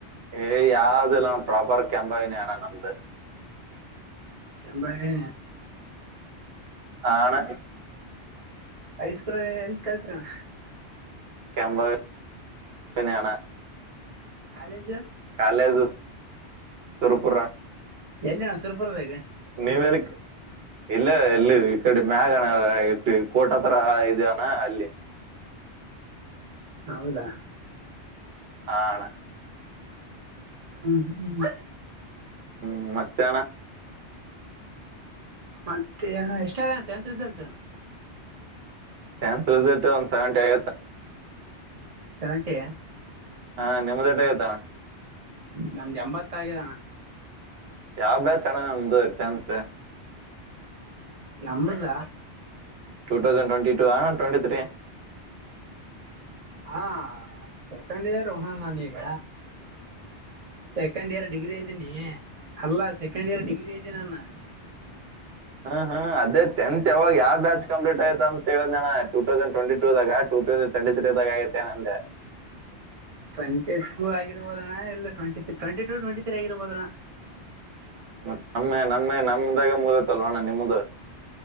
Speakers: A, on the right; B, on the right.
A: ಏ ಯಾವ್ದ ಇಲ್ಲಾನು ಪ್ರಾಪರ್ ಕೆಂಬವಿನಣ್ಣ ನಮ್ದು
B: ಕೆಂಭಾವಿ
A: ಆ ಅಣ್ಣ
B: ಹೈಸ್ಕೂಲ್ ಎಲ್ ಕಲ್ತ್ ರಿ ಅಣ್ಣ
A: ಕೆಂಭಾವಿ ನ ಅಣ್ಣ
B: ಕಾಲೇಜ
A: ಕಾಲೇಜು ಸುರಪುರ
B: ಎಲ್ಲಿ ಅಣ್ಣ ಸುರಪುರ ದಾಗ
A: ನೀವೇನಕ್ಕೆ <inaudible> ಇಲ್ಲ ಎಲ್ಲಿ ಈ ಕಡೆ ಮ್ಯಾಗಣ ಕೋಟ ಹತ್ರ ಇದೇ ಅಲ್ಲಿ
B: ಹೌದಾ
A: ಆ ಅಣ್ಣ
B: ಹ್ಮ ಹ್ಮ್ <inaudible>
A: ಹ್ಮ್ ಮತ್ತೆ ಅಣ್ಣ
B: ಮತ್ತೆ ಎಷ್ಟ ಆಗಿದೆ ಟೆಂತ್ ರಿಸಲ್ಟ್
A: ಟೆಂತ್ ರಿಸಲ್ಟ್ ಒಂದ್ ಸೆವೆಂಟಿ ಆಗತ್ತ
B: ಸೆವೆಂಟಿ
A: ಹಾ ನಿಮ್ಮ್ದೇಟಾ ಆಗ್ಯತಿ
B: ನಮ್ದ ಎಂಬತ್ತ ಆಗಿದಣ
A: ಯಾವ್ಯ ಬ್ಯಾಚ್ ನಮ್ದು ಟೆಂತ್
B: ನಮ್ಮದ
A: ಟೂ ತೌಸಂಡ್ ಟ್ವೆಂಟಿ ಟೂ ಹ ಟ್ವೆಟಿ ತ್ರೀ
B: ಹಾ ಸೆಕೆಂಡ್ ಇಯರ್ ಅಣ್ಣ ನಾನೀಗ ಸೆಕೆಂಡ್ ಇಯರ್ ಡಿಗ್ರಿ ಇದ್ದೀನಿ ಅಲ್ಲಾ ಸೆಕೆಂಡ್ ಇಯರ್ ಡಿಗ್ರಿ ಇದ್ದೀನಿನ್ನ
A: ಹ್ಮ್ ಹ್ಮ್ ಅದೇ ಟೆಂತ್ ಯಾವಾಗ ಯಾವ ಬ್ಯಾಚ್ ಕಂಪ್ಲೀಟ್ ಆಯ್ತ ಅಂತ ಟ ತೌಸಂಡ್ ಟ್ವೆಂಟಿ ಟ ದಾಗ ಟೂ ತೌಸಂಡ್ ಟ್ವೆಟಿ ತ್ರಿ ಆಗ್ಯತಿ ಅಂದೇ
B: ಟ್ವೆಂಟಿ ಟೂ ಆಗಿರ್ಬೋದಣ ಇಲ್ಲ ಟ್ಂಟಿ ಟ ಟ್ಂಟಿ ತ್ರೀ ಆಗಿರ್ಬೋದಣ್ಣ
A: ಮತ್ತ ನಮ್ಮೆ ನಮ್ಮ ನಮ್ದಾಗ ಮುದೈತಲ್ ಅಣ್ಣ ನಿಮ್ಮ್ದ